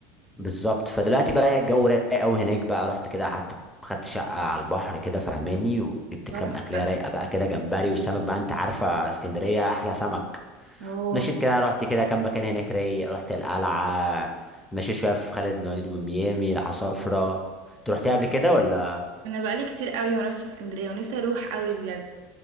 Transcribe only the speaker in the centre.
بالظبط فدلوقتي بقى يعني الجو رايق قوي هناك بقى رحت كده قعدت خدت شقه على البحر كده فهماني وجبت
كام اكليه رايقه بقى كده جمبري والسمك بقى انت عارفه اسكندريه احلى سمك
مشيت كده رحت كده كام مكان هناك رايق رحت القلعه مشيت شويه في خالد بن وليد وميامي العصافره انت رحتيها قبل كده ولا